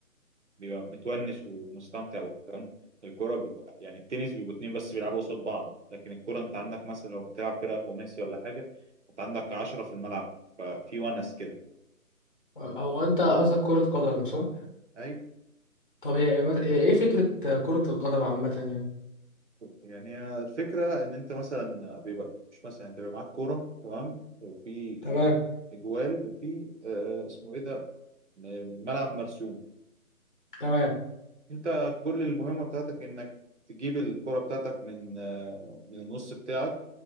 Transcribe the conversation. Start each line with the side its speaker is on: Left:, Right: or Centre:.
Right: بيبقى متونس ومستمتع والكلام الكوره بيبقى يعني التنس بيبقوا اتنين بس بيلعبوا قصاد بعض لكن الكوره انت عندك مثلا لو بتلعب فرقه خماسي ولا حاجه انت عندك عشرة في الملعب ففي ونس كده
Left: آه، هو انت قصدك كرة قدم صح
Right: ايوه
Left: طب هي مس- هي ايه فكرة كرة القدم عامة يعني
Right: يعني هي الفكرة إن أنت مثلا بيبقى مش مثلا أنت بيبقى معاك كورة تمام وفي
Left: تمام
Right: إج- إجوال وفي آه اسمه إيه ده الملعب مرسوم
Left: تمام
Right: أنت كل المهمة بتاعتك إنك تجيب الكرة بتاعتك من آه من النص بتاعك